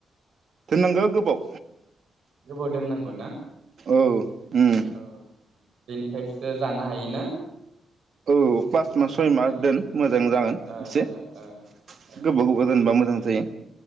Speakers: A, on the right; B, on the right.
A: दोननांगौ गोबाव
B: गोबाव दोननांगौ ना?
A: औ उम
B: औ बेनिफ्रायसो जानो हायोना
A: औ पास मास सय मास
B: ओ
A: दोन मोजां जागोन
B: ओ
A: एसे
B: ओ ओ
A: गोबाव
B: ओ
A: गोबाव दोनबा मोजां जायो